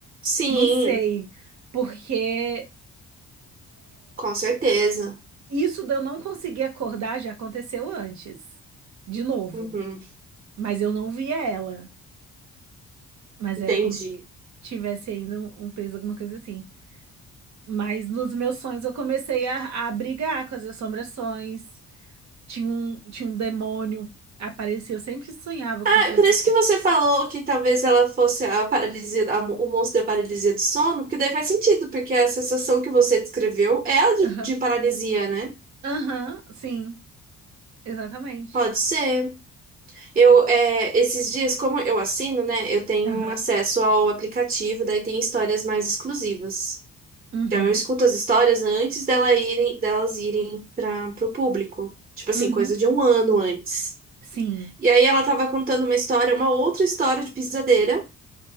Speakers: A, on the right; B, on the right.
A: Sim,
B: Não sei, porque.
A: com certeza.
B: Isso de eu não conseguir acordar já aconteceu antes, de novo.
A: Uhum,
B: Mas eu não via ela. Mas
A: entendi.
B: era como se tivesse ainda um, um peso, alguma coisa assim. Mas nos meus sonhos eu comecei a, a brigar com as assombrações. Tinha um, tinha um demônio, aparecia. Eu sempre sonhava com
A: Ah,
B: coisa
A: por isso
B: assim.
A: que você falou que talvez ela fosse a paralisia, a mo- o monstro da paralisia do sono, que daí faz sentido, porque a sensação que você descreveu é a de,
B: Aham,
A: de paralisia, né?
B: Aham, sim, exatamente.
A: Pode ser. Eu, é, esses dias, como eu assino, né, eu tenho
B: Aham,
A: acesso ao aplicativo, daí tem histórias mais exclusivas.
B: Uhum.
A: Então eu escuto as histórias antes dela irem, delas irem para o público. Tipo assim,
B: Uhum.
A: coisa de um ano antes.
B: Sim.
A: E aí ela tava contando uma história, uma outra história de pisadeira.